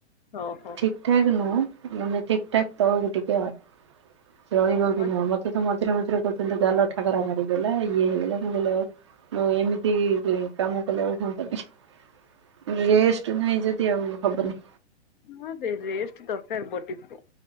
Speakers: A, on the left; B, on the right.
A: ଓହୋ।
B: ଠିକ ଠାକ ନୁହଁ, ଆମେ ଠିକ ଠାକ ତଳୁକୁ ଟିିକେ ଆଉ। ଚଳିବ ବି
A: ହଉ।
B: ନୁହଁ। ମତେ ତ ମଝିରେ ମଝିରେ କହୁଛନ୍ତି ଗାଲ ଠାକରା ମାରିଗଲା, ଇଏ ହେଇଗଲା। ମୁଁ କହିଲି ଆଉ ମୁଁ ଏମିତି କାମ କଲେ ଆଉ ହୁଅନ୍ତା ନି। ରେଷ୍ଟ ନାଇଁ ଯଦି ଆଉ ହବନି।
A: ନା ରେଷ୍ଟ ଦରକାର ବଡିକୁ।